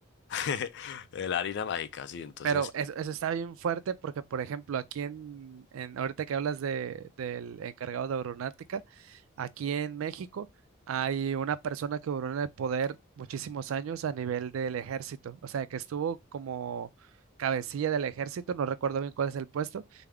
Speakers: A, on the left; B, on the right.
A: <laughs> La harina mágica, sí. Entonces,
B: Pero eso, eso está bien fuerte porque, por ejemplo, aquí en, en ahorita que hablas de, del encargado de aeronáutica, aquí en México hay una persona que duró en el poder muchísimos años a nivel del ejército, o sea, que estuvo como cabecilla del ejército, no recuerdo bien cuál es el puesto,